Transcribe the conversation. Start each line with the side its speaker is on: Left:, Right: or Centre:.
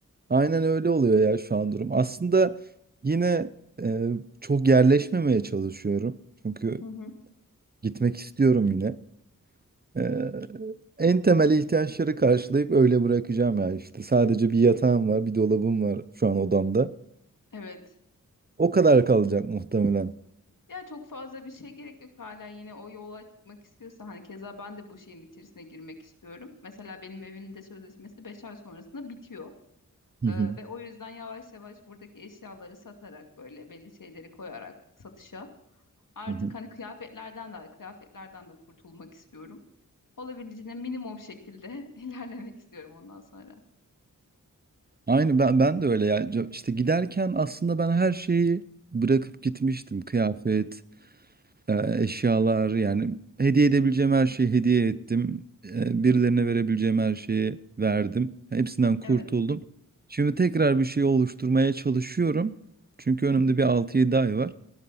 Right: Aynen öyle oluyor ya şu an durum. Aslında yine e, çok yerleşmemeye çalışıyorum. Çünkü
Left: Hı hı.
Right: gitmek istiyorum yine. Ee, en temel ihtiyaçları karşılayıp öyle bırakacağım ya işte. Sadece bir yatağım var, bir dolabım var şu an odamda.
Left: Evet.
Right: O kadar kalacak muhtemelen.
Left: Ya çok fazla bir şey gerek yok hala yine o yola çıkmak istiyorsa hani keza ben de bu şeyin içerisine girmek istiyorum. Mesela benim evin de sözleşmesi 5 ay sonrasında bitiyor.
Right: Hı
Left: Ee,
Right: hı,
Left: ve o yüzden yavaş yavaş buradaki eşyaları satarak böyle belli şeyleri koyarak satışa artık
Right: hı hı.
Left: hani kıyafetlerden de kıyafetlerden de kurtulmak istiyorum. Olabildiğince minimum şekilde <laughs> ilerlemek istiyorum ondan sonra.
Right: Aynı ben, ben de öyle ya. C- İşte giderken aslında ben her şeyi bırakıp gitmiştim. Kıyafet, e, eşyalar yani hediye edebileceğim her şeyi hediye ettim. E, Birilerine verebileceğim her şeyi verdim. Hepsinden
Left: <laughs>
Right: kurtuldum.
Left: Evet.
Right: Şimdi tekrar bir şey oluşturmaya çalışıyorum. Çünkü önümde bir altı yedi ay var.